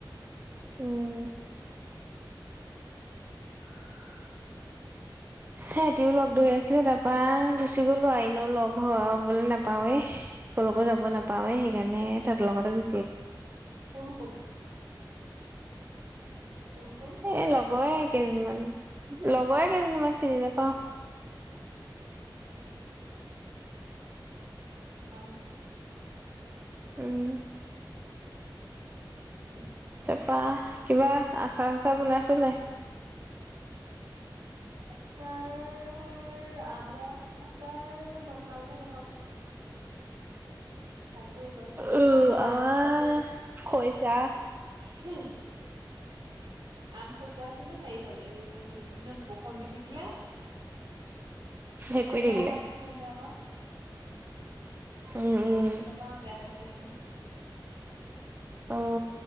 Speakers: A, on the right; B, on the right.
A: উম
B: অ
A: সেহঁতিও লগ ধৰি আছিলে তাৰপা। গুচি গ'লো এনেও লগ হবলে নাপাৱেই কলৈকো যাব নাপাৱে সেইকাৰণে তাত লগতে গু
B: কোন কোন কোন কোন
A: এ লগয়ে কেইজনীমান লগয়ে কেইজনীমান চিনি নাপাওঁ।
B: অ
A: উম
B: উম
A: তপা কিবা আচাৰ ছাচাৰ বনাইছে নে?
B: আচাৰ আমৰ আচাৰ বনাবলে নহ'ল। থাকি গ'ল
A: উম
B: মই
A: আমাৰ
B: আম
A: খৈছা।
B: হম আম শুকুৱাইছিলো হেৰি হ'ল এই সেইকেইদিনত বৰষুণ দি থাকিলে।
A: ভেকুৰী
B: এ ইয়া
A: থাকিলে
B: সাত ভাগুংটে আকৌ। <unintelligible>
A: উম উম
B: তাপা বেয়া হৈ থাকিলে নহয় <unintelligible>
A: অ